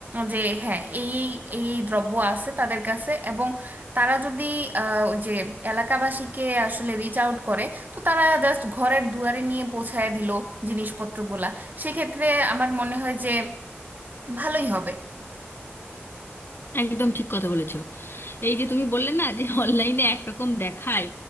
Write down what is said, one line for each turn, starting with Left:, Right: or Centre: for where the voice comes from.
Right: যে হ্যাঁ এই এই এই এই দ্রব্য আছে তাদের কাছে এবং তারা যদি আহ, ওই যে এলাকাবাসীকে আসলে রিচ আউট করে তো তারা জাস্ট ঘরের দুয়ারে নিয়ে পৌঁছায় দিল জিনিসপত্রগুলা সেক্ষেত্রে আমার মনে হয় যে ভালোই হবে
Left: একদম ঠিক কথা বলেছো এই যে তুমি বললে না যে অনলাইনে একরকম দেখায়